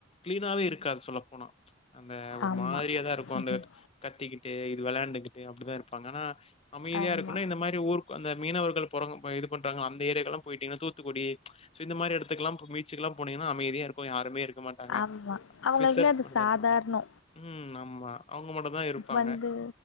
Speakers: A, on the left; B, on the left.
A: கிளீனாவே இருக்காது சொல்லப்போனா அந்த ஒரு
B: ஆமா.
A: மாத்ரியா தா இருக்கும்
B: ம்ஹ்ம்.
A: அந்த கத்திக்கிட்டு இது வெள்ளையாண்டுகிட்டு அப்டிதா இருக்கும் இப்ப <unintelligible> அமைதியாருக்கணு
B: ஆமா.
A: இந்த மாரி ஊருக் வந்த மீனவர்கள் <unintelligible> ஆ இதுப்பண்றாங்ள அந்த ஏரியாக்குலா போய்ட்டிங்கனா தூத்துக்குடி சோ இந்த மாரி எடத்துக்குலா பீச்சிக்குலா போனிங்கனா அமைதியாருக்கு யாருமே இருக்க மாட்டங்க
B: ஆமா அவங்களுக்குலா
A: ஃபிஷ்ஷர்ஸ்
B: அது
A: மட்டு
B: சாதாரணோ
A: தா இருப்பாங்க ம் ஆமா அவுங்க மட்டு தா இருப்பாங்க
B: வந்து